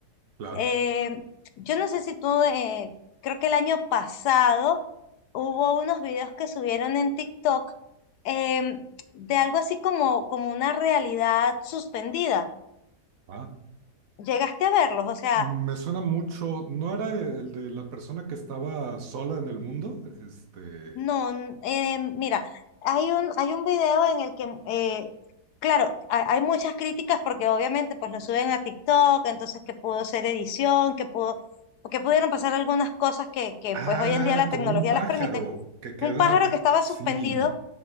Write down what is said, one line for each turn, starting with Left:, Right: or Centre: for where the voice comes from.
Right: claro.
Left: eh, yo no sé si tú, eh, creo que el año pasado hubo unos videos que subieron en TikTok em, de algo así como, como una realidad suspendida.
Right: Ah,
Left: ¿Llegaste a verlos? O sea,
Right: Me suena mucho, ¿no era el de la persona que estaba sola en el mundo? Este,
Left: no, n- em, mira, hay un, hay un video en el que eh, Claro, hay, hay muchas críticas porque obviamente pues lo suben a TikTok, entonces que pudo ser edición, que pudo, que pudieron pasar algunas cosas que, que
Right: ah,
Left: pues hoy en día la tecnología
Right: como un pájaro
Left: las permite,
Right: que queda
Left: Un pájaro que estaba
Right: así,
Left: suspendido,